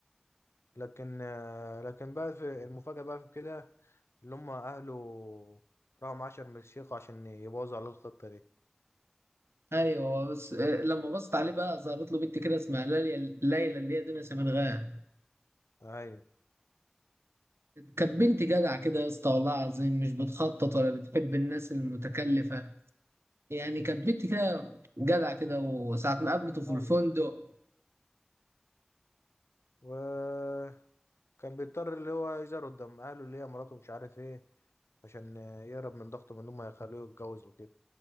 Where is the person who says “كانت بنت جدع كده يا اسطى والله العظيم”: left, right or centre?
Right